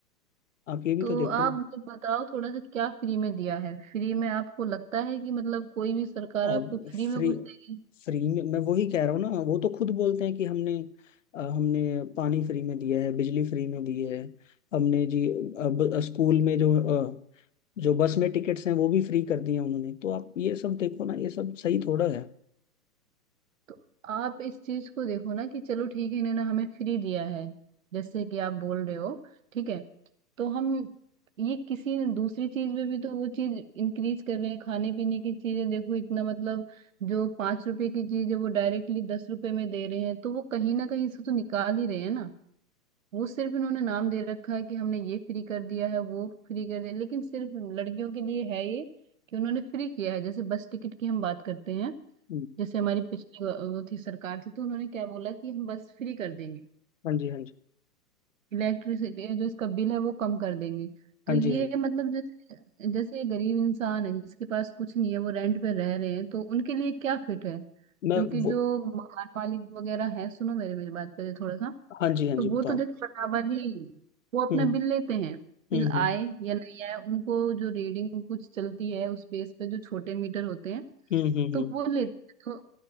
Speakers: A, on the left (about 50°); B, on the right (about 55°).
A: आप ये भी
B: तो
A: तो देखो
B: आप
A: ना
B: मुझे बताओ थोड़ा सा क्या फ्री में दिया है फ्री में आपको लगता है कि मतलब कोई भी सरकार
A: और
B: आपको फ्री में
A: फ्री
B: कुछ देगी
A: फ्री में मैं वही कह रहा हूँ ना वो तो खुद बोलते हैं कि हमने अ, हमने पानी फ्री में दिया है बिजली फ्री में दी है हमने जी अ, ब- स्कूल में जो अ, जो बस में टिकट्स हैं वो भी फ्री कर दिए हैं उन्होंने तो आप ये सब देखो ना ये सब सही थोड़ा है
B: तो आप इस चीज को देखो ना कि चलो ठीक है इन्होंने हमें फ्री दिया है जैसे कि आप बोल रहे हो ठीक है तो हम ये किसी दूसरी चीज में भी तो वो चीज इंक्रीज कर रहे हैं खाने पीने की चीजें देखो इतना मतलब जो पांच रुपए की चीज है वो डायरेक्टली दस रुपए में दे रहे हैं तो वो कहीं ना कहीं से तो निकाल ही रहे हैं ना वो सिर्फ इन्होंने नाम दे रखा है कि हमने ये फ्री कर दिया है वो फ्री कर दिया लेकिन सिर्फ लड़कियों के लिए है ये कि उन्होंने फ्री किया है जैसे बस टिकट की हम बात करते हैं
A: हम्म,
B: जैसे हमारी पिछली वा- वो थी सरकार थी तो उन्होंने क्या बोला कि हम बस फ्री कर देंगे
A: हाँ जी हाँ जी
B: इलेक्ट्रिसिटी जो इसका बिल है वो कम कर देंगे
A: हाँ
B: तो ये
A: जी हाँ जी
B: मतलब जैसे जैसे ये गरीब इंसान है जिसके पास कुछ नहीं है वो रेंट पे रह रहे हैं तो उनके लिए क्या फिट है
A: मैं
B: क्योंकि
A: वो
B: जो मकान मालिक वगैरह है सुनो मेरे मेरी बात पहले थोड़ा सा
A: हाँ जी हाँ
B: तो
A: जी
B: वो
A: बताओ
B: तो देखो बराबर ही वो अपना
A: हम्म
B: बिल लेते हैं बिल
A: हम्म हम्म
B: आए या नहीं आए उनको जो रीडिंग कुछ चलती है उस बेस पे जो छोटे मीटर होते हैं
A: हम्म हम्म हम्म।
B: तो
A: हम्म,
B: वो लेते हैं